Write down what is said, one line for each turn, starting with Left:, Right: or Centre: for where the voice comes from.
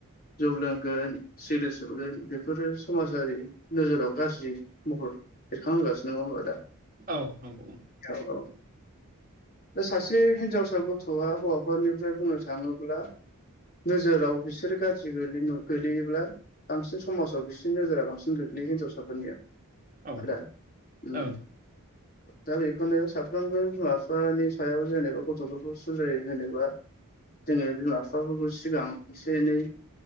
Left: जौ लोंगोन सिग्रेत सोबगोन बेफोरो समाजारि नोजोराव गाज्रि महर बेरखांहोगासिनो नङा होमबा आदा?
Right: औ नंगौ।
Left: औ औ दा सासे हिनजावसा गथ'आ हौवाफोरनिफ्राय बुंनो थांङोब्ला नोजोराव बिसोरो गाज्रि गोलैनो गोलैयोब्ला बांसिन समाजाव बिसिरनि नोजोरा बांसिन गोग्लैयो हिनजावसाफोरनिया
Right: औ
Left: <unintelligible> उम
Right: ओं
Left: दा बेखौनो साफ्रोमबो बिमा बिफानि सायाव जेनेबा गथ'फोरखौ सुजायो होनोबा जोङो बिमा बिफाफोरखौ सिगां एसे एनै